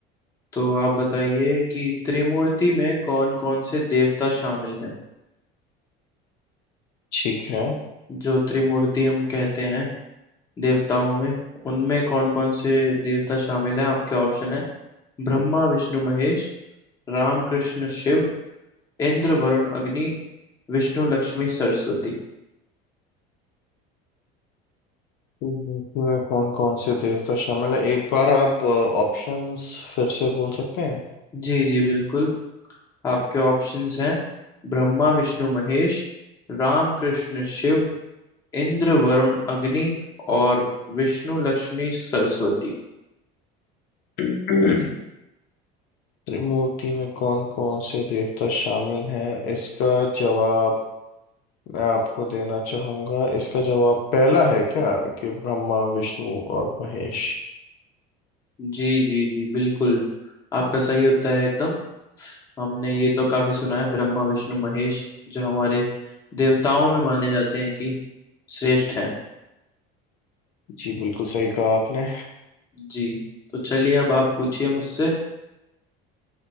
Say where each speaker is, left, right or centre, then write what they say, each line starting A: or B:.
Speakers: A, on the left (about 20°); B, on the left (about 55°).
A: तो आप बताइए कि त्रिमूर्ति में कौन कौन से देवता शामिल हैं
B: ठीक है
A: जो त्रिमूर्ति हम कहते हैं देवताओं में उनमें कौन कौन से देवता शामिल हैं आपके ऑप्शन है ब्रह्मा विष्णु महेश राम कृष्ण शिव इंद्र वरुण अग्नि विष्णु लक्ष्मी सरस्वती
B: मूर्ति में कौन कौन से देवता शामिल है एक बार आप ऑप्शंस फिर से बोल सकते हैं
A: जी जी बिल्कुल आपके ऑप्शंस हैं ब्रह्मा विष्णु महेश राम कृष्ण शिव इंद्र वरुण अग्नि और विष्णु लक्ष्मी सरस्वती
B: <clears throat> त्रिमूर्ति में कौन कौन से देवता शामिल हैं इसका जवाब मैं आपको देना चाहूंगा इसका जवाब पहला है क्या कि ब्रह्मा विष्णु और महेश
A: जी जी जी बिल्कुल आपका सही उत्तर है एकदम हमने ये तो काफी सुना है ब्रह्मा विष्णु महेश जो हमारे देवताओं में माने जाते हैं कि श्रेष्ठ हैं
B: जी बिल्कुल सही कहा आपने
A: जी तो चलिए अब आप पूछिए मुझसे